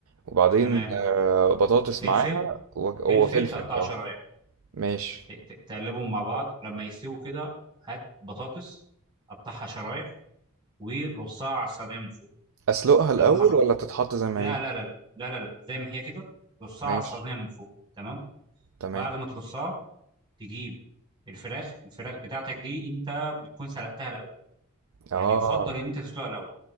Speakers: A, on the right; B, on the right.
A: وبعدين
B: تمام
A: آه، بطاطس
B: فلفل
A: معاها و-
B: فلفل
A: وفلفل
B: تقطعه
A: اه
B: شرايح
A: ماشي
B: ت- ت- تقلبهم مع بعض لما يستووا كده هات بطاطس قطعها شرايح ورصها على الصينية من فوق
A: أسلقها الأول
B: تمام
A: ولا تتحط زي ما
B: لا
A: هي
B: لا لا لا لا لا زي ما هي كده رصها
A: ماشي
B: على الصينية من فوق تمام
A: تمام
B: بعد ما ترصها تجيب الفراخ الفراخ بتاعتك دي انت بتكون سلقتها الاول
A: اه
B: يعني يفضل ان انت تسلقها الاول